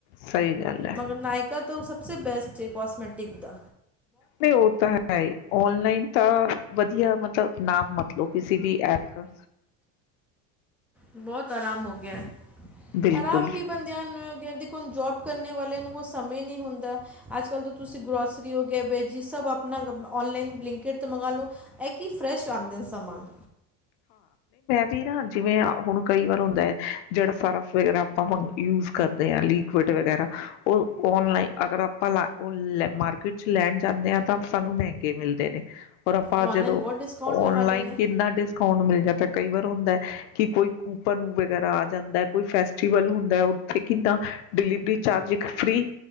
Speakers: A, on the left; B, in the centre.
A: ਸਹੀ ਗੱਲ ਹੈ
B: ਮਗਰ ਨਾਇਕਾ ਤਾਂ ਓਂ ਸਭ ਸੇ ਬੈਸਟ ਐ ਕੌਸਮੈਟਿਕ ਦਾ
A: ਨਹੀਂ ਉਹ ਤਾਂ ਹੈ ਈ ਔਨਲਾਈਨ ਤਾਂ ਵਧੀਆ ਮਤਲਬ ਨਾਮ ਮਤ ਲਉ ਕਿਸੇ ਵੀ ਐਪ ਕਾ
B: ਬਹੁਤ ਆਰਾਮ ਹੋ ਗਿਆ
A: ਬਿਲਕੁਲ,
B: ਆਰਾਮ ਵੀ ਬੰਦਿਆਂ ਨ ਦੇਖੁ ਹੁਣ ਜੋਬ ਕਰਨੇ ਵਾਲਿਆਂ ਨੂੰ ਕੋਈ ਸਮੇਂ ਨਹੀਂ ਹੁੰਦਾ ਅੱਜ ਕੱਲ ਤਾਂ ਤੁਸੀਂ ਗਰੋਸਰੀ ਹੋ ਗਿਆ ਵੈਜੀ ਸਭ ਆਪਣਾ ਔਨਲਾਈਨ ਬਲਿੰਕਟ ਤੋਂ ਮੰਗਾ ਲਓ। ਇਹ ਕਿ ਫਰੈਸ਼ ਆਂਦੇ ਨੇ ਸਮਾਨ
A: ਏ ਨਾ ਜਿਵੇ ਹੁਣ ਕਈ ਵਾਰ ਹੁੰਦਾ ਐ ਜਿਹੜਾ ਸਰਫ ਵਗੈਰਾ ਆਪਾਂ ਹੁਣ ਯੂਜ ਕਰਦੇ ਆ ਲਿਕਵਡ ਵਗੈਰਾ ਉਹ ਔਨਲਾਈਨ ਅਗਰ ਆਪਾਂ ਮਾਰਕਿਟ ਚ ਲੈਣ ਜਾਂਦੇ ਆ ਤਾਂ ਸਾਨੂੰ ਮਹਿੰਗੇ ਮਿਲਦੇ ਨੇ ਔਰ ਆਪਾਂ
B: ਇਹ ਆਨਲਾਈਨ
A: ਜਦੋਂ
B: ਬਹੁਤ ਡਿਸਕਾਊਂਟ ਲਗਾ
A: ਔਨਲਾਈਨ
B: ਰਹੇ ਨੇ
A: ਕਿੰਨਾ ਡਿਸਕਾਊਂਟ ਮਿਲ ਜਾ ਤਾ ਕਈ ਵਾਰ ਹੁੰਦਾ ਐ ਕਿ ਕੋਈ ਕੂਪਨ ਵਗੈਰਾ ਆ ਜਾਂਦਾ ਕੋਈ ਫੈਸਟਿਵਲ ਹੁੰਦਾ ਉਥੇ ਕਿੰਨਾ ਡਿਲੀਵਰੀ ਚਾਰਜ ਇੱਕ ਫਰੀ